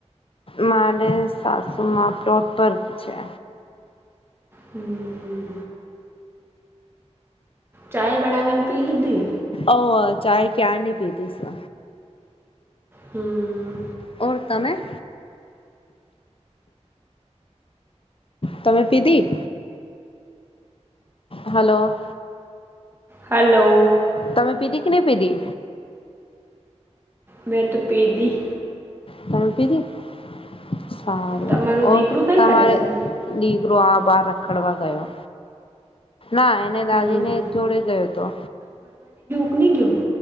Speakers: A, on the left; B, on the right.
A: મારે સાસુમાં પ્રોટપર્ક છે.
B: હમ્મ. ચાય બનાવીને પી લીધી.
A: ઓ ચાય ક્યાર ની પીધી છે.
B: હમ્મ.
A: ઓર તમે. તમે પીધી. હલો.
B: હલો.
A: તમે પીધી કે નહી પીધી.
B: મે તો પેડી.
A: તમે પીધી સારું
B: તમારું
A: ઓ
B: દીકરું કંઈ
A: તમારે.
B: કરે છે
A: ગ્રોઆ બાર રખડવા ગયો. ના એને
B: હમ,
A: દાદી ને જોડે ગયો હતો.
B: ની ગયો.